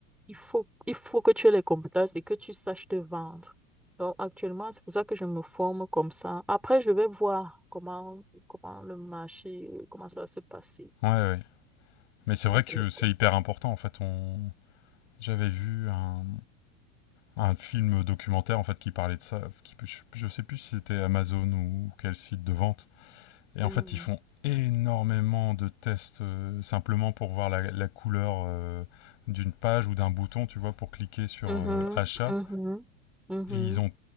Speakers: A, in the centre; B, on the left (about 70°).
A: il faut, il faut que tu aies les compétences et que tu saches te vendre. Donc, actuellement, c'est pour ça que je me forme comme ça. Après, je vais voir comment, comment le marché, comment ça va se passer.
B: Ouais, ouais. Mais c'est vrai
A: Et c'est
B: que
A: ça.
B: c'est hyper important. En fait, on. J'avais vu un, un film documentaire en fait qui parlait de ça. Qui, je, je sais plus si c'était Amazon ou quel site de vente. Et en
A: Mhm.
B: fait, ils font énormément de tests euh, simplement pour voir la, la couleur euh, d'une page ou d'un bouton, tu vois, pour cliquer sur
A: Mhm,
B: euh, achat.
A: mhm, mhm.
B: Et ils ont